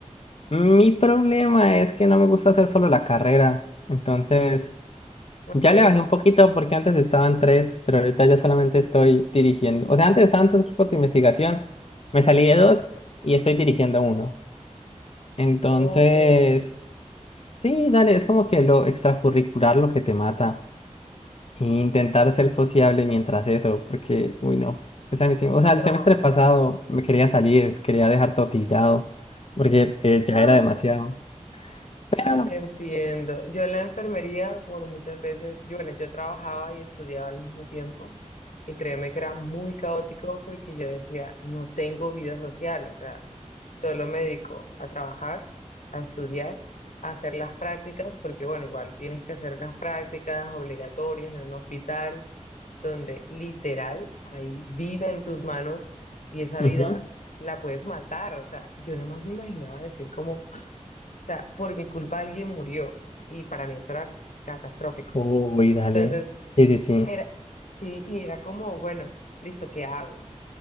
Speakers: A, on the left (about 55°); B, on the left (about 75°).
A: Mi problema es que no me gusta hacer solo la carrera, entonces
B: Ok,
A: ya le bajé un poquito porque antes estaban tres, pero ahorita ya solamente estoy dirigiendo. O sea, antes estaban tres grupos de investigación, me salí de dos y estoy dirigiendo uno. Entonces,
B: ok.
A: sí, dale, es como que lo extracurricular lo que te mata. e Intentar ser sociable mientras eso, porque, uy, no. Pues a mí sí- o sea,
B: No,
A: el semestre pasado me quería salir, quería dejar todo tirado, porque eh, ya
B: no.
A: era demasiado. Pero,
B: Te entiendo. Yo en la enfermería, por muchas veces, yo, bueno, yo trabajaba y estudiaba al mismo tiempo y créeme que era muy caótico porque yo decía, no tengo vida social, o sea, solo me dedico a trabajar, a estudiar, a hacer las prácticas, porque bueno, igual tienes que hacer unas prácticas obligatorias en un hospital donde literal hay vida en tus manos y esa
A: ujú.
B: vida la puedes matar, o sea, yo nada más me imaginaba decir como o sea, por mi culpa alguien murió y para mí eso era catastrófico.
A: Uy, dale.
B: Entonces,
A: Sí, sí, sí.
B: era, sí, y era como, bueno, listo, ¿qué hago?